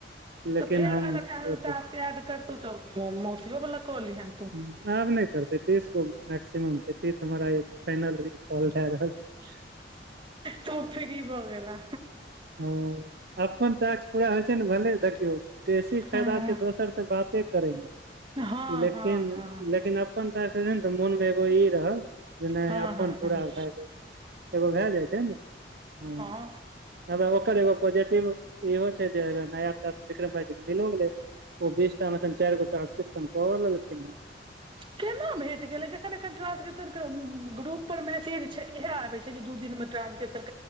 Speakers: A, on the right; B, on the right.
A: लेकिन
B: तऽ फेर
A: हम
B: अगर
A: ओ तऽ
B: तशके एद करतहु तऽ मौसियो वाला कऽ लीहन
A: हूँ। आब नहि करते तीस गो मैक्सिमम छै तीस हमरा फाइनली कहल जा रहल छै।
B: तू फ्री भ गेला
A: ह अपन टास पूरा होइ छै ने भे देखियौ बेसी फायदा
B: हँ
A: छै दोसर बाते करै
B: हँ
A: लेकिन
B: हँ हँ
A: लेकिन अपन। ने तऽ मोन मे एगो ई रहे जे नहि
B: हँ
A: अपन
B: हँ हँ
A: पूरा भए गेल एगो भए जाइ छै ने ह
B: आ।
A: हा ओकर एगो पॉजिटिव इहो छै जे नया मिलो गेलै ओ बीसटटामेन चारि गो टानस्क्रिपशनवलग ने
B: केना भेट गेलै जखन ट्रांसक्रिप्शन पर मैसेज छै इएह आबै छै जे दू दिन मे ट्रंसक्रिप्शन